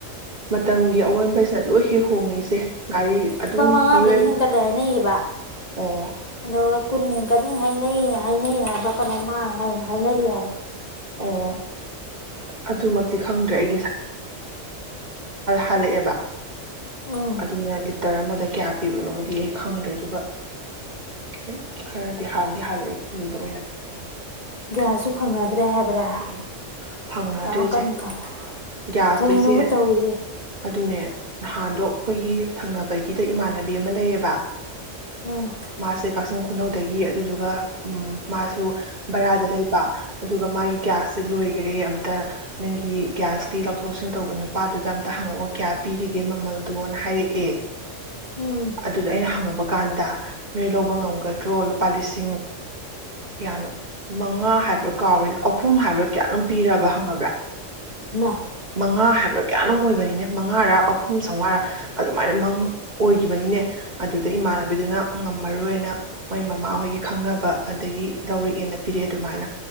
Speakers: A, on the right; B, on the left.
A: ꯃꯇꯝꯒꯤ ꯑꯋꫭꯟꯕꯁꯤꯅ ꯂꯣꯏ ꯍꯦꯛ꯫ ꯍꯣꯡꯉꯦ ꯏꯆꯦ ꯒꯥꯔꯤ ꯑꯗꯨꯝ
B: ꯂꯨꯄꯥ ꯃꯉꯥꯕꯨꯗꯤ
A: ꯃꯤꯑꯣꯏ
B: ꯍꯦꯟꯀꯠꯂꯦ ꯍꯥꯏꯅꯩꯌꯦꯕ
A: ꯑꯣ
B: ꯑꯗꯨꯒ ꯀꯨꯟ ꯍꯦꯟꯀꯠꯅꯤ ꯍꯥꯏꯅꯩꯌꯦ ꯍꯥꯏꯅꯩ ꯍꯥꯏꯕ ꯀꯩꯅꯣꯃ ꯍꯥꯏ ꯍꯥꯏꯅꯔꯤ ꯍꯥꯏꯕ꯫
A: ꯑꯣ ꯑꯗꯨꯃꯛꯇꯤ ꯈꯪꯗ꯭ꯔꯦ ꯑꯩ ꯍꯜꯂꯛꯑꯦꯕ
B: ꯎꯝ
A: ꯑꯗꯨꯅ ꯂꯤ ꯇꯔ ꯑꯃꯗ ꯀꯌꯥ ꯄꯤꯕꯅꯣꯗꯤ ꯑꯩ ꯈꯪꯗ꯭ꯔꯦ ꯑꯗꯨꯒ ꯑꯩ ꯈꯔꯗꯤ ꯍꯥꯟꯅꯗꯤ ꯍꯥꯜꯂꯛꯑꯦ ꯐꯨꯜꯗ ꯑꯣꯏꯅ
B: ꯒ꯭ꯌꯥꯁꯁꯨ ꯐꯪꯅꯗꯦ ꯗꯔꯦ ꯍꯥꯏꯕ꯭ꯔꯥ
A: ꯎꯝ ꯐꯪꯅꯗ꯭ꯔꯦ
B: ꯌꯥꯝ
A: ꯏꯆꯦ
B: ꯀꯟꯅ ꯊꯅ
A: ꯒ꯭ꯌꯥꯁꯇꯣ
B: ꯀꯔꯤꯅꯣꯕꯨ
A: ꯏꯆꯦ
B: ꯇꯧꯔꯤꯁꯦ
A: ꯑꯗꯨꯅꯦ ꯅꯍꯥꯟꯗꯣ ꯑꯩꯈꯣꯏꯒꯤ ꯊꯪꯅꯕꯒꯤꯗ ꯏꯃꯥꯟꯅꯕꯤ ꯑꯃ ꯂꯩꯌꯦꯕ
B: ꯎꯝ
A: ꯃꯥꯁꯦ ꯀꯥꯛꯆꯤꯡ ꯈꯨꯅꯧꯗꯒꯤ ꯑꯗꯨꯗꯨꯒ ꯎꯝ ꯃꯥꯁꯨ ꯕꯔꯥꯗ ꯂꯩꯕ꯫ ꯑꯗꯨꯒ ꯃꯥꯒꯤ ꯒ꯭ꯌꯥꯁꯁꯦ ꯂꯣꯏꯈꯔꯦ ꯑꯝꯇ ꯅꯪꯒꯤ ꯒ꯭ꯌꯥꯁꯀꯤ ꯂꯧꯊꯣꯛꯁꯤꯡꯟ ꯇꯧꯕ ꯅꯨꯄꯥꯗꯨꯗ ꯑꯝꯇ ꯍꯪꯉꯛꯑꯣ ꯀꯌꯥ ꯄꯤꯔꯤꯒꯦ ꯃꯃꯜꯗꯣꯅ ꯍꯥꯏꯔꯛꯑꯦ꯫
B: ꯎꯝ
A: ꯑꯗꯨꯗ ꯑꯩꯅ ꯍꯪꯉꯨꯕ ꯀꯥꯟꯗ ꯅꯣꯏ ꯂꯧꯕ ꯉꯝꯒꯗ꯭ꯔꯣ ꯂꯨꯄꯥ ꯂꯤꯁꯤꯡ ꯀꯌꯥꯅꯣ ꯃꯉꯥ ꯍꯥꯏꯕꯔꯥ ꯀꯥꯎꯔꯤꯅꯦ ꯑꯍꯨꯝ ꯍꯥꯏꯕ꯭ꯔꯥ ꯀꯌꯥꯅꯣꯝꯃ ꯄꯤꯔꯕ ꯈꯪꯉꯕ꯭ꯔꯥ
B: ꯃꯥ
A: ꯃꯉꯥ ꯍꯥꯏꯕ ꯀꯌꯥꯅꯣꯝ ꯑꯣꯏꯕꯅꯤꯅ ꯃꯉꯥꯔꯥ ꯑꯍꯨꯝ ꯆꯥꯝꯉꯥꯔ ꯑꯗꯨꯃꯥꯏꯅ ꯃꯪ ꯑꯣꯏꯈꯤꯕꯅꯤꯅꯦ ꯑꯗꯨꯗ ꯏꯃꯥꯟꯅꯕꯤꯗꯨꯅ ꯉꯝꯃꯔꯣꯏꯅ ꯃꯣꯏ ꯃꯃꯥꯍꯣꯏꯒꯤ ꯈꯪꯅꯕ ꯑꯗꯒꯤ ꯂꯧꯔꯛꯑꯦꯅ ꯄꯤꯔꯛꯑꯦ ꯑꯗꯨꯃꯥꯏꯅ